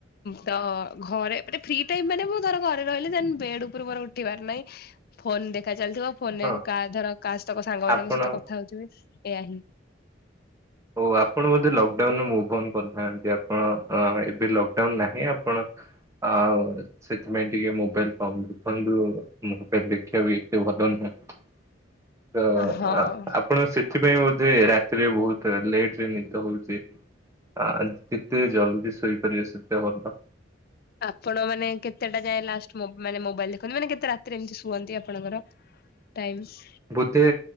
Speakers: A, on the left (about 50°); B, on the right (about 15°).
A: ତ ଘରେ ମାନେ ଫ୍ରି ଟାଇମି ମାନେ ମୁଁ ଘରେ ରହିଲେ ଦେନ୍ ବେଡ ଉପୁରୁ ମୋର ଉଠିବାର ନାହିଁ ଫୋନ ଦେଖା ଚାଲିଥିବ ଫୋନ ନେଇ
B: ହଁ
A: କାହା ଧର କାହାସ୍ତଙ୍କ ସାଙ୍ଗ ମାନଙ୍କ
B: ଆପଣ
A: ସହିତ କଥା ହେଉଥିବି ଏୟାଆ ହିଁ।
B: ହଉ ଆପଣ ବୋଧେ ଲକଡାଉନ ମୁଁ ବନ୍ଦ କରିନାହାନ୍ତି ଆପଣ ଏବେ ଲକଡାଉନ ନାହିଁ ଆପଣ? ଆଉ। ସେଥିପାଇଁ ଟିକେ ମୋବାଇଲ କମ୍ ଦେଖନ୍ତୁ ମୋବାଇଲ ଦେଖିବା ବି ଏତେ ଭଲ ନୁହେଁ। ତ
A: ହଁ।
B: ଆ ଆପଣ ସେଥିପାଇଁ ବୋଧେ ରାତିରେ ବହୁତ୍ ଲେଟ୍ରେ ହଉଚି। ଆ ଯେତେ ଜଲଦି ଶୋଇପାରିବେ ସେତେ ଭଲ।
A: ଆପଣ ମାନେ କେତେଟା ଯାଏ ଲାଷ୍ଟ ମ ମାନେ ମୋବାଇଲ ଦେଖନ୍ତି ମାନେ କେତେ ରାତିରେ ଏମିତି ଶୁଅନ୍ତି ଆପଣଙ୍କର ଟାଇମସ୍?
B: ବୋଧେ